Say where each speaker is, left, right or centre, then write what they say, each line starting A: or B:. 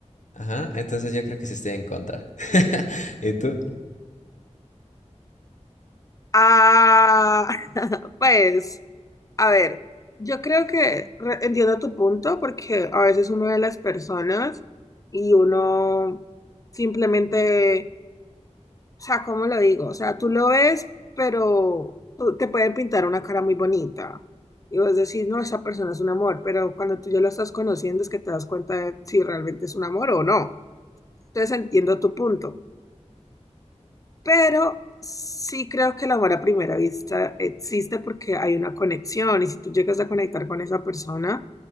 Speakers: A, on the left; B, on the left.
A: ajá, entonces yo creo que sí estoy en contra. <laughs> ¿Y tú?
B: Ah, <laughs> pues, a ver, yo creo que re- entiendo tu punto porque a veces uno ve las personas y uno simplemente, o sea, ¿cómo lo digo? O sea, tú lo ves, pero tú- te pueden pintar una cara muy bonita y vos decís, no, esa persona es un amor, pero cuando tú ya lo estás conociendo es que te das cuenta de si realmente es un amor o no. Entonces entiendo tu punto pero sí creo que el amor a primera vista existe porque hay una conexión y si tú llegas a conectar con esa persona,